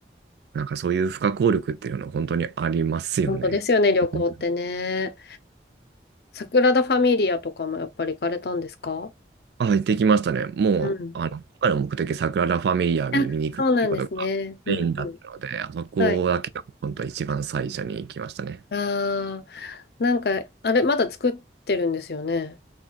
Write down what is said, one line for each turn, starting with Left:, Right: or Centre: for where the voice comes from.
Right: なんかそういう不可抗力っていうのは本当にありますよね。
Left: 本当ですよね、旅行ってね。
Right: うん
Left: サグラダ・ファミリアとかもやっぱり行かれたんですか
Right: あ、行ってきましたね。もう、
Left: うん。
Right: あの、今回の目的、サグラダ・ファミリアに見に行くっていうことがメインだったので、
Left: あ、そうなんですね。うんうん。
Right: あそこだけが本当一番最初に行きましたね。
Left: はい。ああ、なんか、あれ、まだ作ってるんですよね。